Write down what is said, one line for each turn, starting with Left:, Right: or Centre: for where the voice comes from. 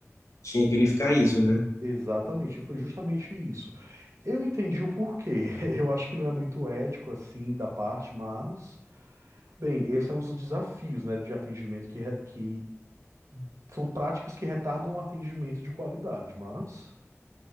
Left: Tinha que unificar isso, né?
Right: Exatamente, foi justamente isso. Eu entendi o porquê. <laughs> Eu acho que não é muito ético assim da parte, mas. Bem, esses são os desafios, né, de atendimento que, re- que São práticas que retardam o atendimento de qualidade, mas